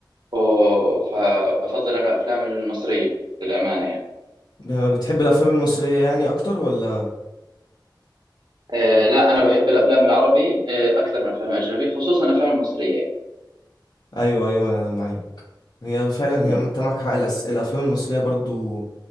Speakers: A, on the right; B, on the left.
A: و... فبفضل أنا أفلام المصرية للأمانة يعني
B: ب- بتحب الافلام المصريه يعني اكتر ولا
A: أه، لا أنا بحب الأفلام العربي أه، أكثر من الأفلام الأجنبي خصوصا الأفلام المصرية
B: ايوه ايوه انا معاك هي فعلا
A: يعني
B: هي انت معاك حق الأس... الافلام المصريه برضو